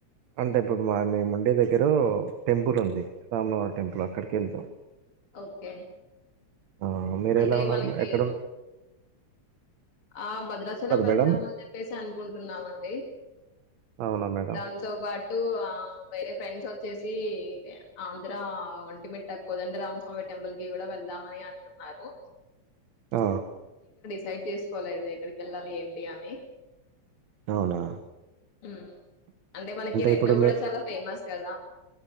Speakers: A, on the right; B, on the left.
A: అంటే ఇప్పుడు మా మేముండే దగ్గర టెంపుల్ ఉంది రాములవారి టెంపుల్ అక్కడికేళ్తాం
B: ఓకే
A: ఆ మీరు
B: అంటే
A: ఎలా ఉన్నారు
B: మనకి
A: ఎక్కడున
B: ఆ భద్రాచలం వెళ్దామని
A: మేడం
B: చెప్పేసి అనుకుంటున్నామండి
A: అవునా మేడం
B: దాంతో పాటు ఆ వేరే ఫ్రెండ్స్ వచ్చేసి ఆంధ్ర ఒంటిమిట్ట కోదండరామస్వామి టెంపుల్‌కి కూడా వెళ్దామని అంటున్నారు
A: ఆ
B: సైడ్ చేసుకోలేదు ఎక్కడికి ఎళ్ళాలి ఏంటి అని
A: అవునా
B: మ్మ్ అంటే మనకి రెండు
A: ఇప్పుడు మీ
B: కూడా చాలా ఫేమస్ కదా